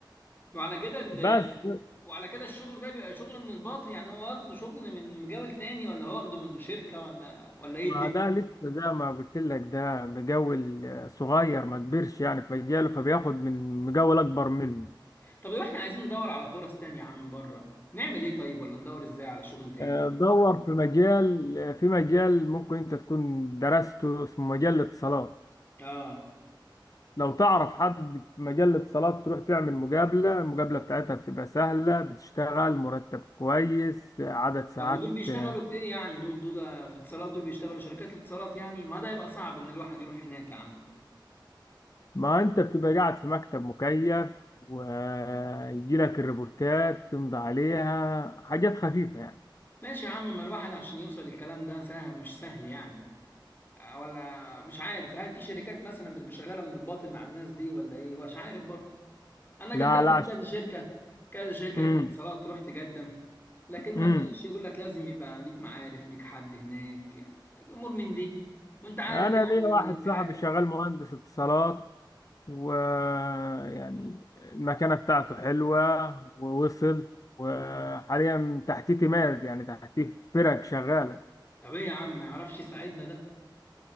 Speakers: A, on the left; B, on the left.
A: وعلى كده ال...
B: بس
A: وعلى كده الشغل ده بيبقى شغل من الباطن يعني هو واخده شغل من مجال تاني ولا هو واخده من شركة ولا ولا ايه
B: ما
A: الدنيا
B: ده لسه زي ما قلت لك ده مجاول آه، صغير ما كبرش يعني في مجاله فبياخد من مجاول اكبر منه
A: طب لو احنا عايزين ندور على فرص تانية يا عم بره نعمل ايه طيب ولا ندور ازاي على شغل تاني
B: آه، دور في مجال آه، في مجال ممكن انت تكون درسته اسمه مجال الاتصالات
A: اه
B: لو تعرف حد في مجال الاتصالات تروح تعمل مقابلة المقابلة بتاعتها بتبقى سهلة بتشتغل مرتب كويس آه، عدد ساعات
A: طب ودول بيشتغلوا
B: آه،
A: في ايه يعني دول دول في اتصالات دول بيشتغلوا شركات الاتصالات يعني ما ده يبقى صعب ان الواحد يروح هناك يا عم
B: ما انت بتبقى قاعد في مكتب مكيف ويجي لك الريبورتات تمضي عليها حاجات خفيفة يعني
A: ماشي يا عم ما الواحد عشان يوصل الكلام ده سهل مش سهل يعني آه، ولا مش عارف هل في شركات مثلا بتبقى شغالة من الباطن مع الناس دي ولا ايه مش عارف برضه انا
B: لا
A: قدمت
B: لا
A: في كذا شركه كذا شركه
B: امم
A: اتصالات تروح تقدم لكن ما
B: امم
A: فيش يقول لك لازم يبقى ليك معارف ليك حد هناك يعني امور من دي وانت عارف
B: انا
A: يعني
B: ليا واحد
A: الحال
B: صاحبي شغال مهندس اتصالات ويعني المكانه بتاعته حلوه ووصل وحاليا تحتيه تيمات يعني تحتيه فرق شغاله
A: طب ايه يا عم ما يعرفش يساعدنا ده